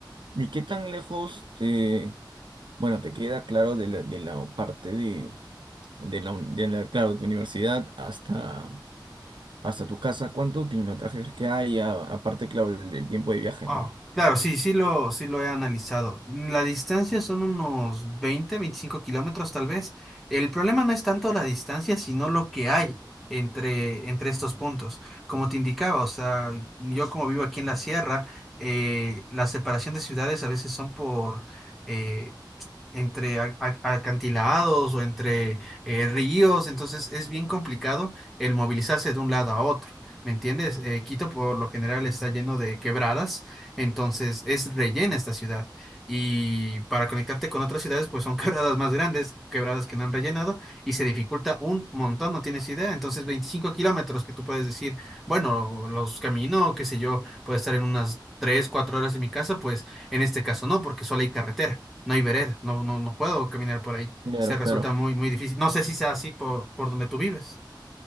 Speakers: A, on the right (about 75°); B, in the centre.
A: y qué tan lejos te, bueno, te queda claro de la, de la parte de, de la, uni- de la, claro, de tu universidad hasta, hasta tu casa? ¿Cuánto kilometraje crees que hay? A- Aparte, claro, del del tiempo de viaje,
B: Oh,
A: ¿no?
B: claro, sí, sí lo, sí lo he analizado. La distancia son unos 20 25 kilómetros tal vez. El problema no es tanto la distancia, sino lo que hay entre, entre estos puntos. Como te indicaba, o sea, yo como vivo aquí en la sierra, eh, la separación de ciudades a veces son por, eh, entre a- a- acantilados o entre eh, ríos, entonces es bien complicado el movilizarse de un lado a otro. ¿Me entiendes? Eh, Quito por lo general está lleno de quebradas, entonces es rellena esta ciudad. Y para conectarte con otras ciudades, pues son <laughs> quebradas más grandes, quebradas que no han rellenado, y se dificulta un montón, no tienes idea. Entonces 25 kilómetros que tú puedes decir, bueno, los camino, qué sé yo, puedo estar en unas 3 4 horas en mi casa, pues en este caso no, porque solo hay carretera no hay vereda, no, no, no puedo caminar por ahí.
A: Claro,
B: Se resulta
A: claro.
B: muy, muy difícil. No sé si sea así por, por donde tú vives.